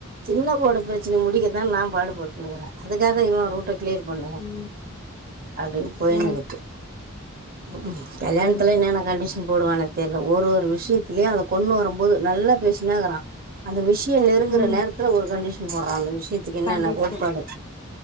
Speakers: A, on the right; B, on the left.
A: சின்ன கோடு பிரச்சனைய முடிக்கத்தா நா பாடுபட்டுன்னுகிற அதுக்காக இவ ரூட்ட கிளியர் பண்ணு
B: ம்
A: அப்டின் போயனுருக்கு
B: ம்
A: ம் ம் கல்யாணத்துல
B: ம்
A: என்னென்ன கண்டிஷன் போடுவான தெர்ல ஒரு ஒரு விஷயத்தலயு அந்த பொண்ணு வரும்போது நல்லா பேசினேக்கிறா அந்த விஷய நெருங்குற
B: ம்
A: நேரத்துல ஒரு கண்டிஷன் போடுறா அந்த விஷயத்துக்கு என்னென்ன
B: கண்டிஷன்
A: கோட் பாடு